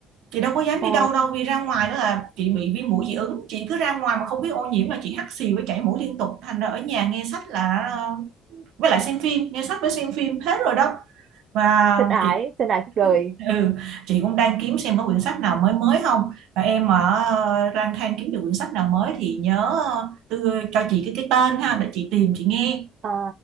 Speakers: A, on the right (about 80°); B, on the right (about 55°).
A: chị đâu có dám
B: ờ,
A: đi đâu đâu vì ra ngoài đó là chị bị viêm mũi dị ứng chị cứ ra ngoài mà không biết ô nhiễm là chị hắt xì với chảy mũi liên tục thành ra ở nhà nghe sách là với lại xem phim nghe sách với xem phim hết rồi đó và
B: chân ái
A: chị
B: chân ái cuộc đời
A: ừ chị cũng đang kiếm xem có quyển sách nào mới mới không và em mà ờ, lang thang kiếm được quyển sách nào mới thì nhớ ờ, đưa cho chị cái cái tên ha để chị tìm chị nghe
B: à,